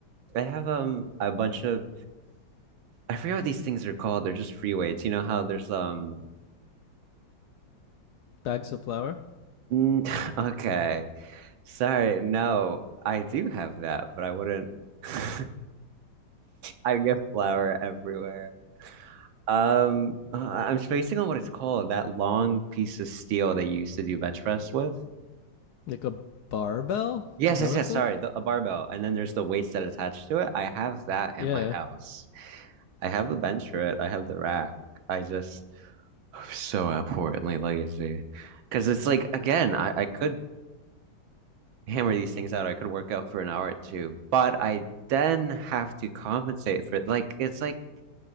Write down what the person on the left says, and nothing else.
Bags of flour,
like a barbell.
Is that
what
it's called?
Yeah.